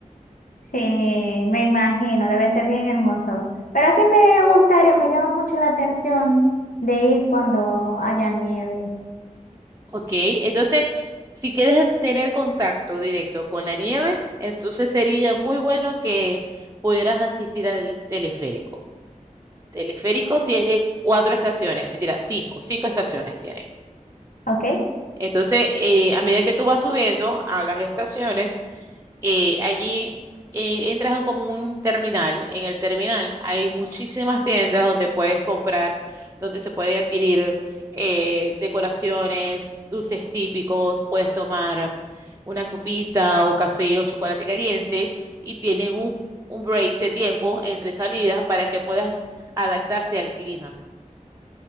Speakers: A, on the left; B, on the right.
A: Sí, me imagino, debe ser bien hermoso. Pero sí me gustaría, me llama mucho la atención de ir cuando haya nieve.
B: Ok, entonces, si quieres tener contacto directo con la nieve, entonces sería muy bueno que pudieras asistir al teleférico. Teleférico
A: ¿no?
B: tiene cuatro estaciones, mentira, cinco, cinco estaciones tiene.
A: ¿Ok?
B: Entonces, eh, a medida que tú vas subiendo a las estaciones, eh, allí eh, entras en como un terminal. En el terminal hay muchísimas tiendas donde puedes comprar, donde se puede adquirir eh, decoraciones, dulces típicos, puedes tomar una sopita o café o chocolate caliente y tienen un, un break de tiempo entre salidas para que puedas adaptarte al clima.